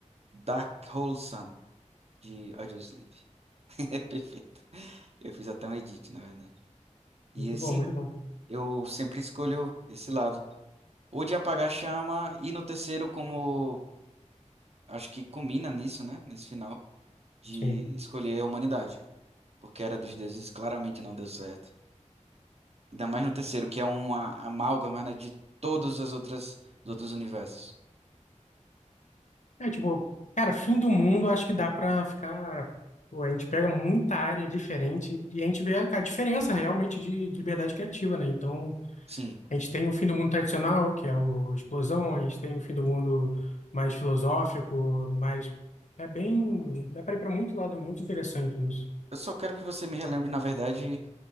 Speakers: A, on the right; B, on the left.
A: Dark Hole Sun, de Audioslave. <laughs> É perfeito. Eu fiz até um edit, na verdade. E
B: Muito
A: assim,
B: bom, muito bom.
A: eu sempre escolho esse lado. Ou de apagar a chama, e no terceiro, como acho que combina nisso, né? Nesse final, de
B: Sim.
A: escolher a humanidade. Porque a Era dos Deuses claramente não deu certo. Ainda mais no terceiro, que é uma amálgama, né, de todos as outras, os outros universos.
B: É, tipo, cara, fim do mundo, acho que dá pra ficar. pô, a gente pega muita área diferente e a gente vê a, a diferença realmente de, de liberdade criativa, né? Então,
A: Sim.
B: a gente tem o fim do mundo tradicional, que é o Explosão, a gente tem o fim do mundo mais filosófico, mais. É bem. Dá pra ir pra muito lado, muito interessante isso.
A: Eu só quero que você me relembre, na verdade.